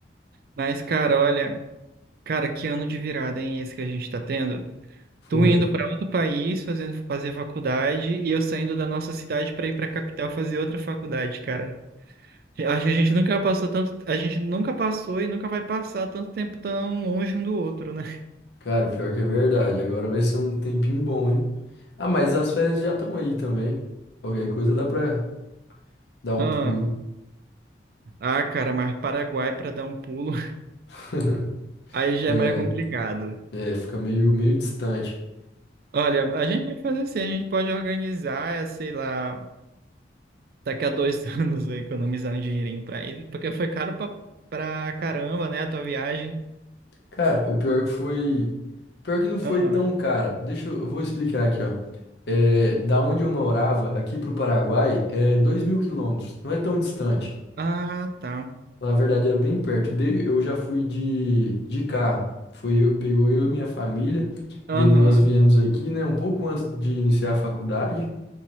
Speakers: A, on the right (about 55°); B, on the left (about 65°).
A: mas, cara, olha, cara, que ano de virada, hein, esse que a gente tá tendo?
B: Foi.
A: Tu indo pra outro país, fazendo fazer faculdade, e eu saindo da nossa cidade pra ir pra capital fazer outra faculdade, cara. Acho que a gente nunca passou tanto, a gente nunca passou e nunca vai passar tanto tempo tão longe um do outro, né?
B: Cara, o pior que é verdade, agora vai ser um tempinho bom, hein? Ah, mas as férias já estão aí também. Qualquer coisa dá pra dar um
A: Ah,
B: pulo.
A: ah, cara, mas Paraguai pra dar um pulo,
B: <laughs>
A: <laughs> aí já
B: É,
A: é mais complicado.
B: é, fica meio, meio distante.
A: Olha, a gente pode fazer assim, a gente pode organizar, eh, sei lá, daqui a dois <laughs> anos eh, economizar um dinheirinho pra ir, porque foi caro pra, pra caramba, né, a tua viagem.
B: Cara, o pior que foi. Pior que não foi
A: Aham.
B: tão cara. Deixa eu, eu vou explicar aqui, ó. É, da onde eu morava, aqui pro Paraguai, é dois mil quilômetros. Não é tão distante.
A: Ah, tá.
B: Na verdade, era bem perto. Daí Eu já fui de, de carro. Foi eu, pegou eu e minha família.
A: Aham,
B: Daí nós viemos aqui, né, um pouco antes de iniciar a faculdade.